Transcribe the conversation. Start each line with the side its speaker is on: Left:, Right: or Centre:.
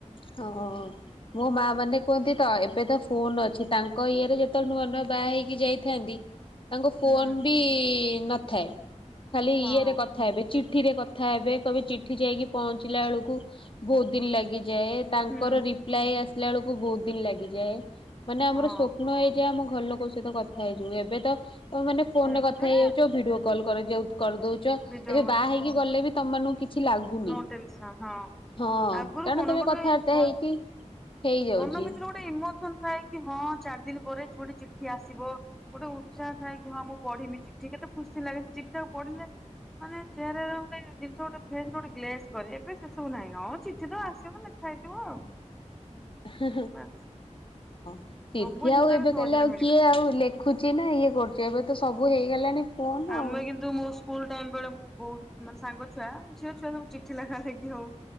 Left: ହଁ ମୋ ମା ମାନେ କୁହନ୍ତି ତ ଏବେ ତ ଫୋନ୍ ଅଛି ତାଙ୍କ ଇଏରେ ଯେ ତ ନୂଆ ନୂଆ ବାହା ହେଇକି ଯାଇଥାନ୍ତି ତାଙ୍କ ଫୋନ
Centre: ହୁଁ
Left: ବି ନଥାଏ। ଖାଲି
Centre: ହଁ
Left: ଇଏରେ କ କଥା ହେବେ ଚିଠି ରେ କଥା ହେବେ କହିବେ ଚିଠି ଯାଇକି ପହଞ୍ଚିଲା ବେଳକୁ ବହୁତ ଦିନ ଲାଗିଯାଏ। ତାଙ୍କର
Centre: ହୁଁ
Left: ରିପ୍ଲାଏ ଆସିଲା ବେଳକୁ ବହୁତ ଦିନ ଲାଗିଯାଏ ମାନେ ଆମର
Centre: ହଁ
Left: ସ୍ୱପ୍ନ ହେଇ ଯେ ଆମ ଘର ଲୋକ ସହିତ କଥା ହେଇଯିବ ଏବେ ତ ମାନେ ଫୋନ
Centre: ଏବେ
Left: ରେ କଥା ହେଇଯାଉଛ ଭିଡିଓ କଲ କରିଯାଉତ କରିଦଉଛ
Centre: ଭିଡିଓ
Left: ଏବେ ବାହା ହେଇକି ଗଲେ ବି ତମମାନଙ୍କୁ କି କିଛି ଲାଗୁନି
Centre: ନ ଟେନସନ ହଁ
Left: ହଁ
Centre: ଆଗରୁ
Left: କାରଣ
Centre: କଣ
Left: ତମେ
Centre: ଗୋଟେ
Left: କଥାବାର୍ତା
Centre: ମନ
Left: ହେଇକି ହେଇଯାଉଛି
Centre: ମନ ଭିତରେ ଗୋଟେ ଇମୋସନ ଥାଏ କି ହଁ ଚାରି ଦିନ ପରେ ଯୋଡି ଚିଠି ଆସିବ ଗୋଟେ ଉତ୍ସାହ ଥାଏ କି ହଁ ମୁଁ ପଢିମି ଚିଠି କେତେ ଖୁସି ଲାଗେ ସେ ଚିଠି ତାକୁ ପଢିଲେ ମାନେ ଚେୟାର ର ଗୋଟେ ଜିନିଷ ଗୋଟେ ଫେସ ର ଗୋଟେ ଗ୍ଲେସ କରେ ଏବେ ସେସବୁ ନାହିଁ ହଉ ଚିଠି ତ ଆସିବ ଲେ ଖାଇଯିବ ଆଉ।
Left: ହଁ
Centre: ବାସ୍।
Left: ଚିଠି
Centre: ସବୁ ଜିନିଷ
Left: ଆଉ ଏବେ
Centre: ସହଜରେ
Left: କାଲି ଆଉ
Centre: ମିଳିଗଲା।
Left: କିଏ ଆଉ ଲେ ଖୁଚି ନା ଇଏ କରୁଛିୁ ଏବେ ତ ସବୁ ହେଇଗଲାଣି। ଫୋନ
Centre: ଆମେ
Left: ଆଉ।
Centre: କିନ୍ତୁ ମୋ ସ୍କୁଲ ଟାଇମ ବେଳେ ମୁଁ ବହୁତ ମାନେ ସାଙ୍ଗ ଛୁଆ ଝିଅ ଛୁଆ ସବୁ ଚିଠି ଲେଖା ଲେଖି ହଉ।